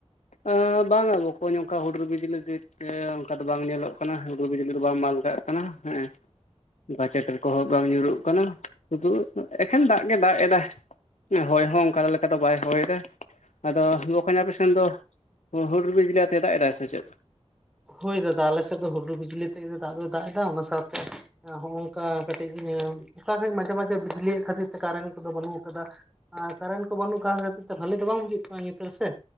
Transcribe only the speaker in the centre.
ᱦᱳᱭ ᱫᱟᱫᱟ ᱟᱞᱮᱥᱮᱫ ᱫᱚ ᱦᱩᱰᱩᱨ ᱵᱤᱡᱽᱞᱤᱭᱟᱛᱮᱜ ᱜᱮᱛᱚ ᱫᱟᱜ ᱫᱚᱭ ᱫᱟᱜ ᱮᱫᱟ ᱚᱱᱟ ᱥᱟᱶᱛᱮ ᱦᱚᱜᱼᱚᱝᱠᱟ ᱠᱟᱹᱴᱤᱡ ᱚᱠᱟᱥᱮᱡ ᱢᱟᱡᱷᱮ ᱢᱟᱡᱷᱮ ᱵᱤᱡᱽᱞᱤᱭᱮᱫ ᱠᱷᱟᱹᱛᱤᱨ ᱛᱮ ᱠᱟᱨᱮᱱᱴ ᱠᱚᱫᱚ ᱵᱟᱹᱱᱩᱜ ᱟᱠᱟᱫᱟ᱾ ᱟᱨ ᱠᱟᱨᱮᱱᱴ ᱠᱚ ᱵᱟᱹᱱᱩᱜ ᱠᱟᱱ ᱠᱷᱟᱹᱛᱤᱨ ᱛᱮ ᱵᱷᱟᱹᱞᱤ ᱫᱚ ᱵᱟᱝ ᱵᱩᱡᱩᱜ ᱠᱟᱱᱟ ᱧᱩᱛ ᱨᱮ ᱥᱮ